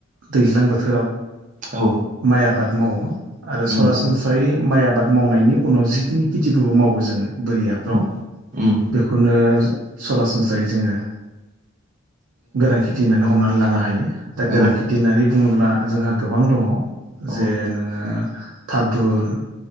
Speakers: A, on the right; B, on the right.
A: दैज्लां बोथोराव
B: औ
A: माइ आबाद मावो आरो
B: उम
A: सरासनस्रा माइ आबाद मावनायनि उनाव जिखिनि खेथिफोरखौ मावो जोङो बोरि हाफ्राव
B: औ उम
A: खौनो सरासनस्रायै जोङो गोरां खेथि होननानै हमनानै लानो हायो दा गोरां
B: औ
A: खेथि होननानै बुङोब्ला जोंहा गोबां दङ
B: औ
A: जे नोङो थादुन